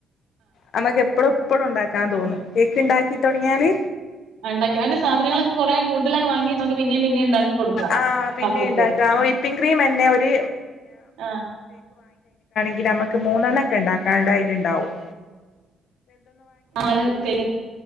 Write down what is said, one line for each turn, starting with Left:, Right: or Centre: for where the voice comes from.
Left: നമ്മക്ക് എപ്പഴും- എപ്പോഴും ഉണ്ടാക്കാൻ തോന്നുന്നു കേക്ക് ഇണ്ടാക്കി തുടങ്ങിയാല്
Right: ണ്ടാക്കി അതിന്റെ സാധനങ്ങളക്കെ കൊറേ കൂടുതലാ വാങ്ങി നമക്ക് പിന്നേം പിന്നേം ഇണ്ടാക്കി കൊടുക്കാം
Left: ആഹ് പിന്നെ
Right: മക്കക്ക്
Left: ഇണ്ടാക്കാം
Right: ആഹ്
Left: വിപ്പിംഗ് ക്രീം എന്നെ ഒരു
Right: ആഹ്
Left: ൽ മ്മക്ക് മൂന്നെണ്ണക്കെണ്ടാക്കാണ്ടയില്ണ്ടാവും
Right: ആല കൽ